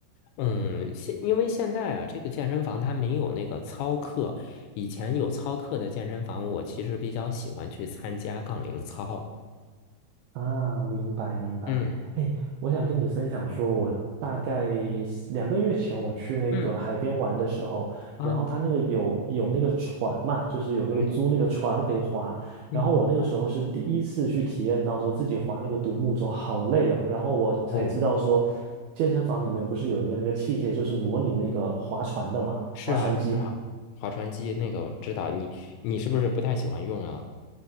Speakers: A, on the left; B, on the right.
A: 嗯，现因为现在啊，这个健身房它没有那个操课，以前有操课的健身房，我其实比较喜欢去参加杠铃操。
B: 啊，明白明白。
A: 嗯
B: 哎，我想跟你分享说，我大概两个月前我去那个海边玩的时候，
A: 嗯啊，
B: 然后他那个有有那个船嘛，就是有那个租那个船可以划。
A: 对，嗯
B: 然后我那个时候是第一次去体验到说自己划那个独木舟好累哦，然后我才知道说，
A: 哦，
B: 健身房里面不是有一个那个器械，就是模拟那个划船的嘛，
A: 是啊是啊，
B: 划船机。
A: 划船机那个我知道，你你是不是不太喜欢用啊，